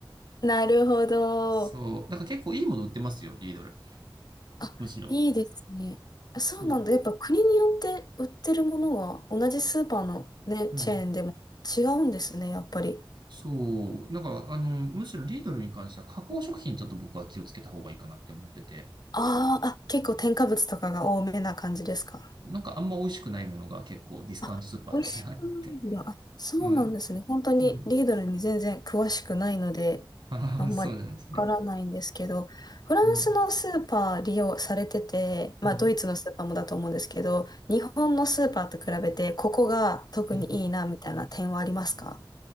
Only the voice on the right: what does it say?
そう、だから結構いいもの売ってますよ、リードル。
むしろ。
そ
う。うん。
そう。だから、あの、むしろリードルに関しては加工食品ちょっと僕は気をつけた方がいいかなって思ってて、
なんかあんま美味しくないものが結構ディスカウントスーパーって
<laughs> あれになって、
うん。
うん。ああ、
そうなんですね。
うん。
うん。
うん。